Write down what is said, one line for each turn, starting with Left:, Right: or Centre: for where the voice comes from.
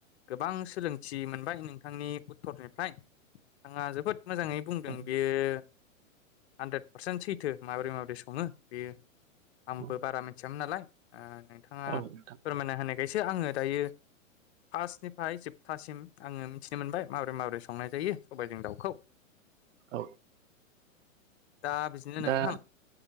Left: गोबां सोलोंथि मोनबाय नोंथांनि उत्तरनिफ्राय नोंथाङा जोबोद मोजाङै बुंदों
Right: औ
Left: बेयो हानद्रेद पारसेन्ट सैथो माबोरै माबोरै सङो बेयो आंबो
Right: औ
Left: बारा मिथियामोन नालाय नोंथाङा
Right: औ नोंथां
Left: फोरमायना होनायखायसो आङो दायो फार्स्निफ्राय जोबथासिम आङो मिथिनो मोनबाय माबोरै माबोरै संनाय जायो सबाइजों दाउखौ। <inaudible>
Right: औ
Left: दा बिदिनो नोंथां
Right: दा